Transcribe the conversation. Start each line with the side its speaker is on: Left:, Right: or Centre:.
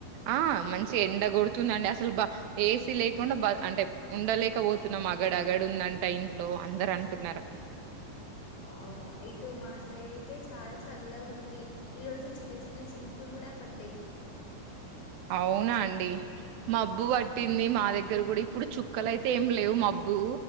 Right: ఆ మంచిగ ఎండ కొడుతుందండి అసలు బ ఏసీ లేకుండా బ అంటే ఉండలేక పోతున్నాం అగడగడుందంట ఇంట్లో అందరు అంటున్నారు
Left: అవునా ఇటు మా సైడ్ అయితే చాలా చల్లగా ఉంది ఈరోోజు చిన్న చిన్న చినుకులు కూడా పడ్డాయి
Right: అవునా అండి మబ్బు పట్టింది
Left: అవును
Right: మా దగ్గర కూడా ఇప్పుడు చు కుక్కలయితే ఏం లేవు మబ్బు